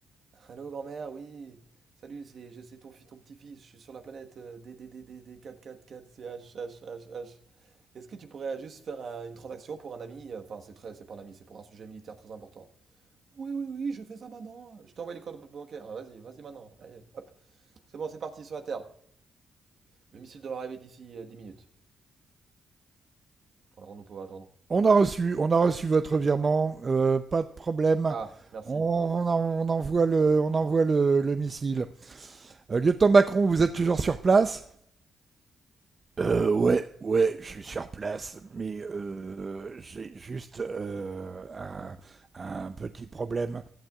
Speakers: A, on the right; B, on the right.
A: Allô, grand-mère, oui. Salut, c'est ton, fi- ton petit-fils. Je suis sur la planète euh, D D D D D quatre quatre quatre C H H H. H. Est-ce que tu pourrais juste faire euh, une transaction pour un ami? Enfin, c'est très, c'est pas un ami, c'est pour un sujet militaire très important. Oui, oui, oui, je fais ça maintenant. Je t'envoie les codes bancaires. Ah, Vas-y, vas-y maintenant. Allez, hop. C'est bon, c'est parti sur la Terre. Le missile devrait arriver d'ici euh, 10 minutes. Alors, on ne peut pas attendre.
B: On a reçu, on a reçu votre virement, euh, pas de problème.
A: Ah, merci.
B: On, on on envoie le, on envoie le, le missile. Euh, Lieutenant Macron, vous êtes toujours sur place Euh, ouais, ouais, je suis sur place, mais euh, j'ai juste euh, un, un petit problème.